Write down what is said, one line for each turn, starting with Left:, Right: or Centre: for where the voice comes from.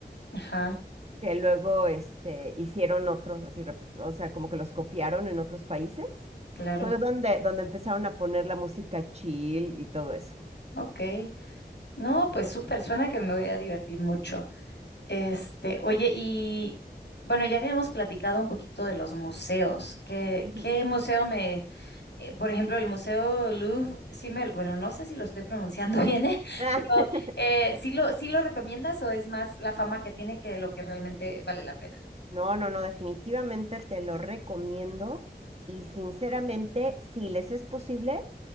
Left: Ajá,
Right: que luego, este, hicieron otros así, repli- o sea, como que los copiaron en otros países.
Left: claro.
Right: Fue donde, donde empezaron a poner la música chill y todo eso.
Left: Ok, no, pues súper, suena que me voy a divertir mucho. Este, oye, y bueno, ya habíamos platicado un poquito de los museos. ¿Qué,
Right: Ujú.
Left: qué museo me, eh, por ejemplo, el Museo Louvre, sí me, lo- bueno, no sé si lo estoy pronunciando <laughs> bien, ¿eh?
Right: Ah,
Left: Pero
Right: <laughs>
Left: eh, ¿sí lo, sí lo recomiendas o es más la fama que tiene que lo que realmente vale la pena?
Right: No, no, no, definitivamente te lo recomiendo y sinceramente, si les es posible,